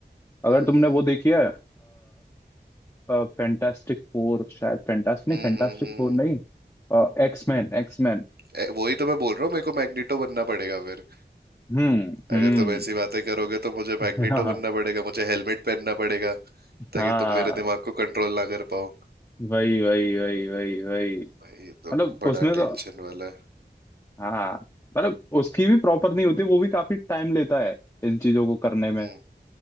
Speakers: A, on the left (about 15°); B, on the right (about 65°).
A: अगर
B: हम्म
A: तुमने वो देखी है फैंटास्टिक फोर शायद फैंटास्टिक नहीं
B: हम्म
A: फैंटास्टिक
B: हम्म, हम्म।
A: फोर नहीं एक्समैन एक्समैन
B: ए, वही तो मैं बोल रहा हूँ मेरे को मैग्नेटो बनना पड़ेगा फिर
A: हम्म हम्म
B: अगर तुम ऐसी बातें करोगे तो मुझे
A: <laughs>
B: मैग्नेटो
A: हाँ
B: बनना पड़ेगा मुझे हेलमेट पहनना पड़ेगा ताकि
A: हाँ
B: तुम मेरे दिमाग को कंट्रोल ना कर पाओ
A: वही वही वही वही वही
B: भाई ये तो
A: मतलब
B: बड़ा
A: उसमें
B: टेंशन
A: तो
B: वाला है
A: हाँ मतलब उसकी भी प्रॉपर नहीं होती वो भी काफी टाइम लेता है इन चीजों को करने में
B: हम्म